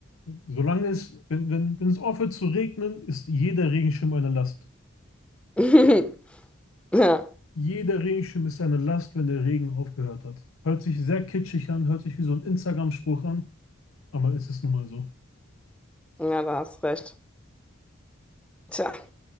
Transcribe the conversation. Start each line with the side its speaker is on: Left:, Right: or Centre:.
Left: Solange es, wenn, wenn, wenn es aufhört zu regnen, ist jeder Regenschirm eine Last.
Centre: <laughs> Ja,
Left: Jeder Regenschirm ist eine Last, wenn der Regen aufgehört hat. Hört sich sehr kitschig an, hört sich wie so ein Instagram-Spruch an, aber es ist nun mal so.
Centre: ja, da hast recht. Tja.